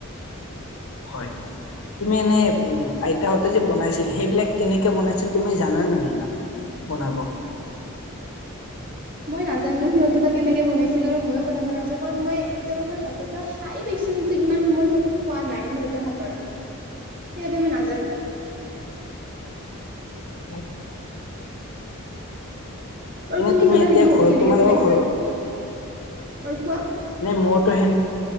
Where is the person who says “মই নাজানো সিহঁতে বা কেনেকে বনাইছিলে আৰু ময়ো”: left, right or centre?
Right